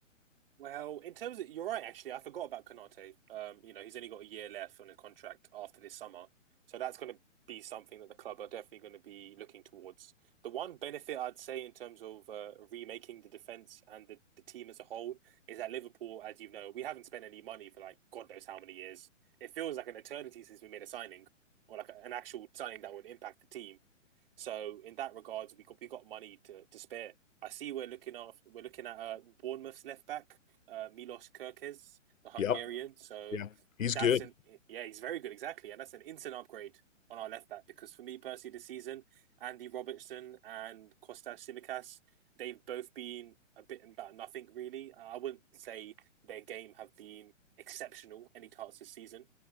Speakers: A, on the right; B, on the left.
A: Well, in terms of you're right, actually, I forgot about Konate. Um, you know, he's only got a year left on his contract after this summer, so that's going to be something that the club are definitely going to be looking towards. The one benefit I'd say in terms of uh, remaking the defense and the, the team as a whole is that Liverpool, as you know, we haven't spent any money for like God knows how many years. It feels like an eternity since we made a signing or like an actual signing that would impact the team. So in that regards, we got we got money to, to spare. I see we're looking after we're looking at uh, Bournemouth's left back, uh, Milos Kirkes, the Hungarian.
B: Yep.
A: So
B: Yeah. He's
A: that's
B: good.
A: an yeah, he's very good exactly, and that's an instant upgrade on our left back because for me personally this season, Andy Robertson and Kostas Simikas, they've both been a bit about nothing really. I wouldn't say their game have been exceptional any parts this season,